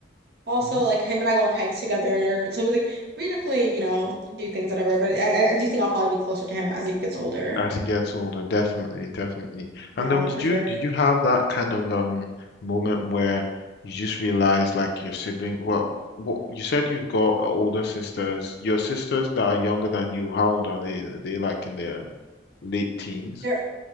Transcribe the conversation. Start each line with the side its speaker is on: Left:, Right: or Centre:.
Right: also
Left: Mhm.
Right: like him and I go on hikes together. So we like we definitely you know do things whatever. But I I I do think I'll probably be closer to him as he gets older.
Left: as he gets older, definitely, definitely.
Right: Yeah,
Left: And um, did
Right: for
Left: you
Right: sure.
Left: did you have that kind of um moment where you just realized like your sibling? Well, what you said you've got older sisters. Your sisters that are younger than you, how old are they? Are they like in their late teens?
Right: There